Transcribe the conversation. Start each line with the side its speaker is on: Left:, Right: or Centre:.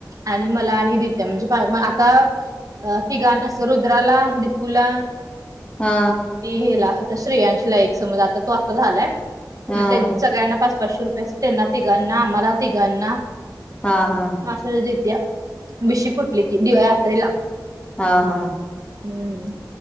Right: आणि मला आणि देतीय म्हणजे आता तिघांना अस रुद्राला दिपूला
Left: हा
Right: केला आता श्रेयांशला एक समज आत्ता तो आता झालाय
Left: हा
Right: मग तेण सगळ्यांना पाच पाच पाचशे रुपये असं त्यांना तिघांना आम्हाला तिघांना
Left: हा हा
Right: असचं दे <unintelligible> भिशी फुटली की <unintelligible> यात्रेला
Left: हा हा
Right: हम्म